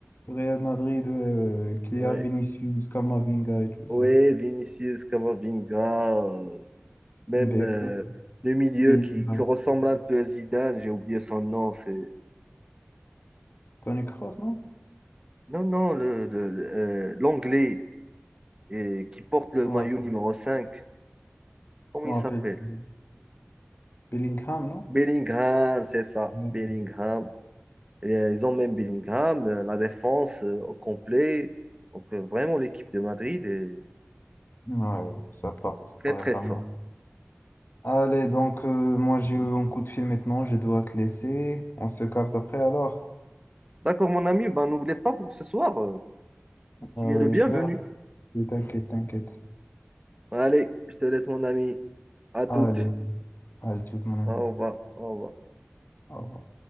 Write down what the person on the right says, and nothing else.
Ouais.
Ouais,
Vinicius, Camavinga, euh, même
euh,
le milieu
qui, qui ressemble un peu à Zidane, j'ai oublié son nom, c'est
Non, non, le, le- le- euh, l'anglais euh, qui porte le
maillot
numéro 5 comment
il s'appelle?
Bellingham, c'est ça,
Bellingham. Et, euh, ils ont même Bellingham, euh, la défense euh, au complet. Donc, euh, vraiment, l'équipe de Madrid est
très,
très
forte.
D'accord, mon ami, ben, n'oublie pas pour ce soir, euh,
tu
es le bienvenu.
Allez, je te laisse, mon ami. À toutes.
Au revoir. Au revoir.